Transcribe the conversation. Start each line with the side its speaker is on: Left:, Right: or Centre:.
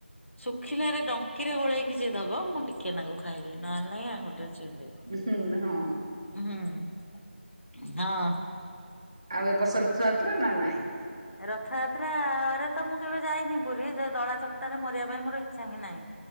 Left: ଶୁଖିଲା ରେ ଡଙ୍କିରେ ଗୋଳେଇକି ଯିଏ ଦବ ମୁଁ ଟି ଟିକେନାକୁ ଖାଇବି ନହେଲେ ନାଇଁ ଆଙ୍ଗୁଠି ରେ ଛୁଇଁ ଦେବି।
Right: ହୁଁ ହଁ
Left: ହୁଁ ହଁ।
Right: ଆଉ ଏ ବର୍ଷ ରଥଯାତ୍ରା ନା ନାହିଁ।
Left: ରଥଯାତ୍ର ରେ ତ ମୁଁ କେବେ ଯାଇନି ପୁରୀ ସେ ଦଳା ଚକଟାରେ ମରିବା ପାଇଁ ମୋର ଇଚ୍ଛା ହିଁ ନାହିଁ।